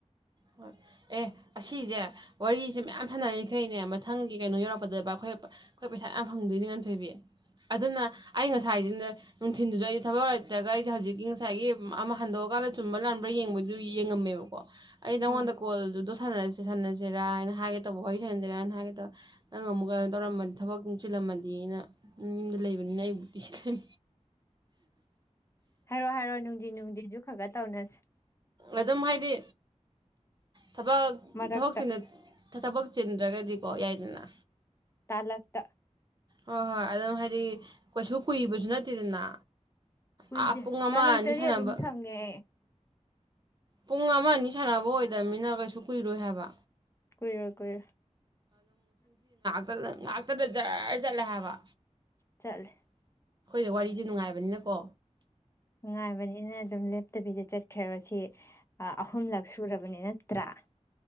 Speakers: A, on the right (about 35°); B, on the left (about 20°).
A: ꯍꯣꯏ ꯑꯦ ꯑꯁꯤꯁꯦ ꯋꯥꯔꯤꯁꯦ ꯃꯌꯥꯝ ꯊꯅꯔꯤ ꯑꯩꯈꯩꯅꯦ ꯃꯊꯪꯒꯤ ꯀꯩꯅꯣ ꯌꯧꯔꯛꯄꯗꯕ ꯑꯩꯈꯣꯏ ꯑꯩꯈꯣꯏ ꯄꯩꯁꯥ ꯌꯥꯝ ꯐꯪꯗꯣꯏꯅꯤ ꯉꯥꯟꯊꯣꯏꯕꯤ ꯑꯗꯨꯅ ꯑꯩ ꯉꯁꯥꯏꯁꯤꯅ ꯅꯨꯡꯊꯤꯤꯟꯗꯨꯁꯨ ꯑꯩꯁꯦ ꯊꯕꯛ ꯌꯧꯔꯛꯇ꯭ꯔꯒ ꯑꯩꯁꯦ ꯍꯧꯖꯤꯛꯀꯤ ꯉꯁꯥꯏꯒꯤ ꯑꯃ ꯍꯟꯗꯣꯛꯑꯀꯥꯟꯗ ꯆꯨꯝꯕ ꯂꯥꯟꯕ꯭ꯔꯥ ꯌꯦꯡꯕꯩꯗꯨ ꯌꯦꯡꯉꯝꯃꯦꯕꯀꯣ ꯑꯩ ꯅꯪꯉꯣꯟꯗ
B: ꯎꯝ
A: ꯀꯣꯜꯗꯨ ꯔꯁꯦ ꯁꯥꯟꯅꯁꯤꯔ ꯍꯥꯏꯅ ꯍꯥꯏꯒꯦ ꯇꯧꯕ ꯋꯥꯔꯤ ꯁꯥꯟꯅꯁꯦꯔꯥꯅ ꯍꯥꯏꯒꯦ ꯇꯧꯕ ꯅꯪ ꯑꯃꯨꯛ ꯀꯩꯅꯣ ꯇꯧꯔꯝꯃꯗꯤ ꯊꯕꯛ ꯅꯨꯡꯁꯤꯤꯜꯂꯝꯃꯗꯤꯅ ꯌꯨꯝꯗ ꯂꯩꯕꯅꯤꯅ ꯑꯩꯕꯨꯗꯤꯤ
B: ꯍꯥꯏꯔꯣ ꯍꯥꯏꯔꯣ ꯅꯨꯡꯗꯤ ꯅꯨꯡꯗꯤꯖ ꯈꯒ ꯇꯧꯅꯁꯤ
A: ꯑꯗꯨꯝ ꯍꯥꯏꯗꯤ ꯊꯕꯛ
B: ꯃꯔꯛꯇ
A: ꯊꯕꯛꯁꯤꯅ ꯊꯕꯛ ꯆꯤꯟꯗ꯭ꯔꯒꯗꯤꯀꯣ ꯌꯥꯏꯗꯅ
B: ꯇꯂꯇ
A: ꯍꯣꯏ ꯍꯣꯏ ꯑꯗꯨꯝ ꯍꯥꯏꯗꯤ ꯀꯩꯁꯨ ꯀꯨꯏꯕꯁꯨ ꯅꯠꯇꯦꯗꯅ
B: ꯀꯨꯏꯗꯦ
A: ꯑꯥ ꯄꯨꯡ ꯑꯃ
B: ꯇꯥꯂꯛꯇꯗꯤ
A: ꯑꯅꯤ ꯁꯥꯟꯅꯕ
B: ꯑꯗꯨꯝ ꯁꯪꯉꯦ
A: ꯄꯨꯡ ꯑꯃ ꯑꯅꯤ ꯁꯥꯟꯅꯕ ꯑꯣꯏꯗꯕꯅꯤꯅ ꯀꯩꯁꯨ ꯀꯨꯏꯔꯣꯏ ꯍꯥꯏꯕ
B: ꯀꯣꯏꯔ ꯀꯣꯏ
A: ꯉꯥꯛꯇꯅ ꯖꯔ ꯆꯠꯂꯦ ꯍꯥꯏꯕ
B: ꯆꯠ
A: ꯑ ꯋꯥꯔꯤꯁꯦ ꯅꯨꯡꯉꯥꯏꯕꯅꯤꯅꯀꯣ
B: ꯉꯅꯨꯡꯥꯏꯕꯅꯤ ꯑꯗꯨꯝ ꯂꯦꯞꯇꯕꯤꯗ ꯆꯠꯈ꯭ꯔꯦꯕ ꯁꯤ ꯑꯍꯨꯝꯂꯛ ꯁꯨꯔꯕꯅꯤ ꯅꯠꯇ꯭ꯔꯥ